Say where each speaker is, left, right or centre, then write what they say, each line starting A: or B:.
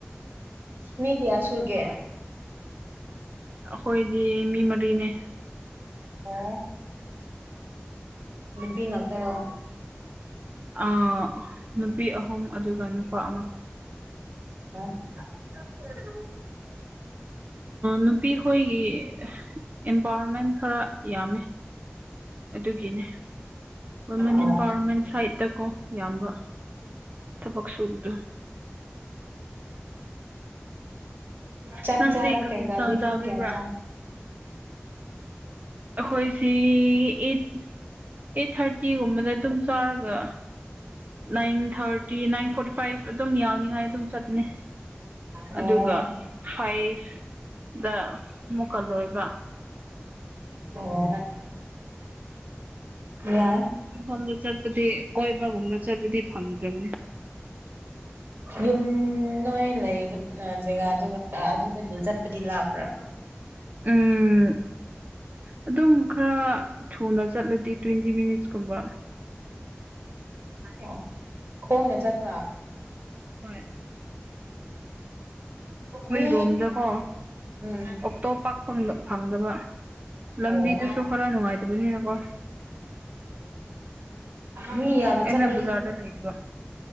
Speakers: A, on the right; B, on the right.
A: ꯃꯤ ꯀꯌꯥ ꯁꯨꯒꯦ
B: ꯑꯩꯈꯣꯏꯗꯤ ꯃꯤ ꯃꯔꯤꯅꯦ
A: ꯑꯣ ꯅꯨꯄꯤ ꯉꯥꯛꯇꯔꯣ
B: ꯑ ꯅꯨꯄꯤ ꯑꯍꯨꯝ ꯑꯗꯨꯒ ꯅꯨꯄꯥ ꯑꯃ
A: <unintelligible>
B: ꯅꯨꯄꯤꯈꯣꯏꯒꯤ ꯑꯦꯝꯄꯥꯋꯔꯃꯦꯟ ꯈꯔ ꯌꯥꯝꯃꯦ ꯑꯗꯨꯒꯤꯅꯦ ꯋꯨꯃꯦꯟ
A: ꯑꯣ
B: ꯑꯝꯄꯥꯋꯔꯃꯦꯟ ꯁꯥꯏꯗꯠꯇꯀꯣ ꯌꯥꯝꯕ ꯊꯕꯛ ꯁꯨꯕꯗꯣ
A: ꯆꯥꯛ
B: ꯅꯪꯗꯤ
A: ꯆꯥꯕ
B: ꯀꯔꯤ
A: ꯀꯩꯀꯥꯗꯤ
B: ꯏꯟꯁꯥꯡ ꯆꯥꯕꯤꯕ꯭ꯔꯥ
A: ꯄꯨꯡ ꯀꯌꯥ ꯆꯥꯏ
B: ꯑꯩꯈꯣꯏꯁꯤ ꯏꯠ ꯑꯩꯠ ꯊꯥꯔꯇꯤꯒꯨꯝꯕꯗ ꯑꯗꯨꯝ ꯆꯥꯔꯒ nine thirty nine forty five ꯑꯗꯨꯝ ꯌꯥꯎꯅꯤꯉꯥꯏ ꯑꯗꯨꯝ ꯆꯠꯄꯅꯦ
A: ꯑꯣ
B: ꯑꯗꯨꯒ ꯐꯥꯏꯚ ꯗ ꯃꯨꯛꯀꯜꯂꯣꯏꯕ
A: ꯑꯣ ꯌꯥꯏ
B: ꯑꯗꯨ ꯆꯠꯄꯗꯤ ꯀꯣꯏꯕꯒꯨꯝ꯭ꯔ ꯆꯠꯄꯗꯤ ꯐꯪꯗ꯭ꯔꯕꯅꯤ
A: ꯌꯨꯝ ꯅꯣꯏ ꯂꯩꯕ ꯖꯒꯥꯗꯨ ꯑꯗꯨꯗꯒꯤ ꯆꯠꯄꯗꯤ ꯂꯥꯛꯄ꯭ꯔꯥ
B: ꯎꯝ ꯑꯗꯨꯝ ꯈꯔ ꯊꯨꯅ ꯆꯠꯂꯗꯤ ꯇ꯭ꯋꯦꯟꯇꯤ ꯃꯤꯅꯤꯠꯁꯀꯨꯝꯕ
A: ꯑꯣ ꯈꯣꯡꯅ ꯆꯠꯄ꯭ꯔꯥ
B: ꯍꯣꯏ ꯑꯩꯈꯣꯏ
A: ꯃꯤ
B: ꯔꯣꯝꯗꯀꯣ
A: ꯎꯝ
B: ꯑꯣꯇꯣꯞꯄ ꯐꯪꯗꯕ ꯂꯝꯕꯤꯗꯨꯁꯨ
A: ꯑꯣ
B: ꯈꯔ ꯅꯨꯡꯉꯥꯏꯇꯕꯅꯤꯅꯀꯣ
A: ꯃꯤ ꯌꯥꯝꯅ
B: ꯑꯩꯅ
A: ꯆꯠꯂꯗꯤ
B: ꯕꯖꯥꯔꯗ ꯂꯩꯗꯕ